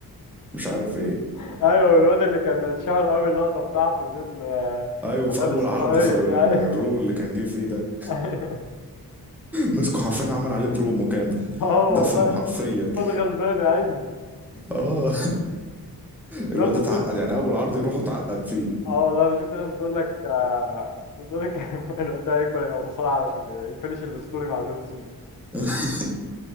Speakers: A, in the centre; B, on the left (about 60°).
A: مش عارف ايه
B: ايوه الواد اللي كان اتشهر قوي اللقطه بتاعته دي اللي
A: ايوه
B: كان
A: في
B: لابس
A: اول عرض
B: خاويه
A: في الر-
B: دي ايوه
A: الرو اللي كان جه فيه ده
B: <laughs> اه
A: مسكوا حرفيا عمل عليه برومو كامل
B: والله
A: دفنوا حرفيا <laughs>
B: خد غلبان يا عيني
A: اه الواد
B: الواد ما
A: اتعقد
B: صرت
A: يعني اول عرض يروح اتعقد فيه
B: اه والله انا شفت ناس بتقول لك آه، بتقول لك <laughs> الواد ده هيكبر يبقى مصارع علشان يفinish الستوري مع جون سينا
A: <laughs>